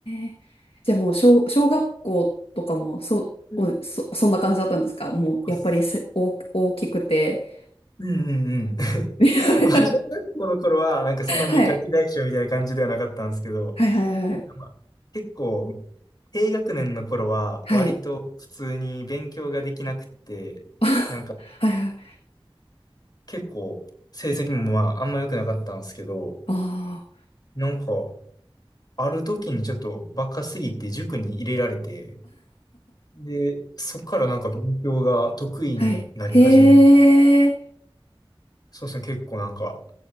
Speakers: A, on the left; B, on the left.
A: え。じゃあもう小、小学校とかも、そう、
B: うん。
A: おそ、そんな感じだったんですかもう、
B: あす
A: やっぱりせ、大、大きくて。
B: うんうんうん。<laughs>
A: <laughs>
B: まあ小学校の頃は、なんかそんなにガキ大将みたいな感じではなかったんですけど、
A: はい。はいはいはい。
B: なんかまあ、結構、低学年の頃は、
A: はい。
B: 割と普通に勉強ができなくって、
A: あ
B: なんか
A: はいはい。
B: 結構、成績もまあ、あんま良くなかったんですけど、
A: あ
B: なんか、ある時にちょっとバカすぎて塾に入れられて、で、そっからなんか勉強が得意になり始めて、
A: あ、はい。へえ。
B: そうですね、結構なんか、